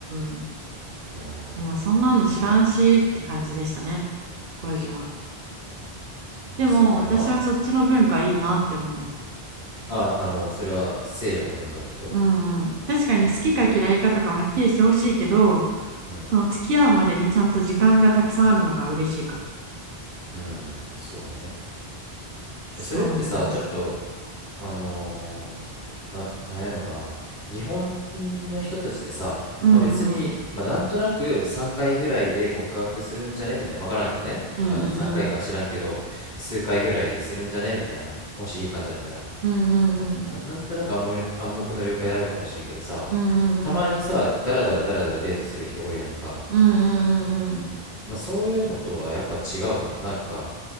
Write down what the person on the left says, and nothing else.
うーん
そっか
そうやなああのそれは西洋の文化ってこと
うんうん
うんそうね
えそれってさ、ちょっとあのーな、なんやろな、日本の人たちでさ、
まあ別に、まあなんとなく3回ぐらいで告白するんじゃねみたいな、わからんけどね、
あ、3回かいか知らんけど、数回ぐらいでするんじゃねみたいな、もしいい感じだったら、
まあなん、なんとなく暗黙、暗黙の了解であるかもしれんけどさ、
たまにさ、ダラダラダラダラデートする人おるやんか、
まあそういうのとはやっぱ違うの、なんか、